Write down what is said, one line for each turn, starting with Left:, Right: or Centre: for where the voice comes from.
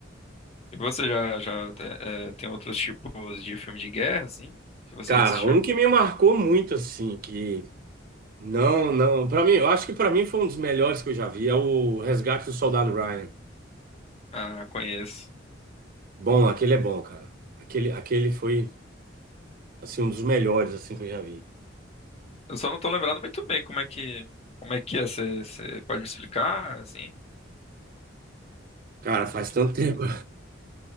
Left: E você já, já eh, eh, tem outros tipos de filme de guerra, assim, que você
Right: Cara,
Left: já assistiu?
Right: um que me marcou muito assim, que não, não, Pra mim, eu acho que pra mim foi um dos melhores que eu já vi, é o Resgate do Soldado Ryan.
Left: Ah, conheço.
Right: Bom, aquele é bom, cara. Aquele, aquele foi assim um dos melhores assim que eu já vi.
Left: Eu só não tô lembrando muito bem como é que como é que é. Você pode me explicar, assim? <laughs>
Right: Cara, faz tanto tempo. <laughs>